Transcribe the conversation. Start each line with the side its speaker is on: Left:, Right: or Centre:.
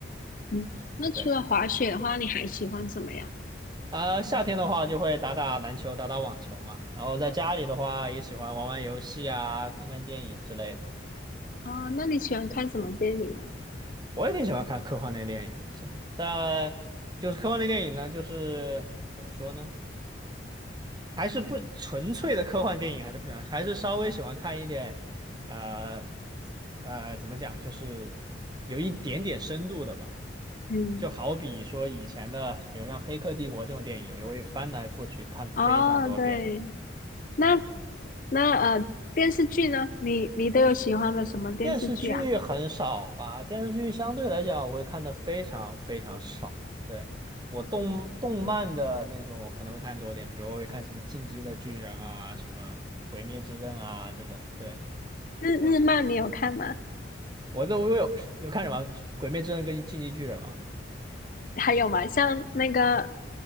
Left: 嗯。那除了滑雪的话，
Right: 对。
Left: 你还喜欢什么呀？
Right: 啊、夏天的话就会打打篮球、打打网球嘛，然后在家里的话也喜欢玩玩游戏啊、看看电影之类的。
Left: 哦，那你喜欢看什么电影啊？
Right: 我也挺喜欢看科幻类电影的，现但就是科幻类电影呢，就是怎么说呢，还是不纯粹的科幻电影，还是不喜欢，还是稍微喜欢看一点，呃呃，怎么讲，就是有一点点深度的吧。
Left: 嗯，
Right: 就好比说以前的，比如像《黑客帝国》这种电影，我就会翻来覆去看非常多遍。
Left: 哦，对，那那呃，电视剧呢？你你都有喜欢的什么电视剧啊？
Right: 电视剧很少吧？电视剧相对来讲，我会看的非常非常少。对，我动动漫的那种我可能会看多点，
Left: 嗯，
Right: 比如我会看什么《进击的巨人》啊，什么《鬼灭之刃》啊这种。对，
Left: 日日漫你有看吗？
Right: 我我都我有有看什么《鬼灭之刃》跟《进击巨人》啊？
Left: 还有吗？像那个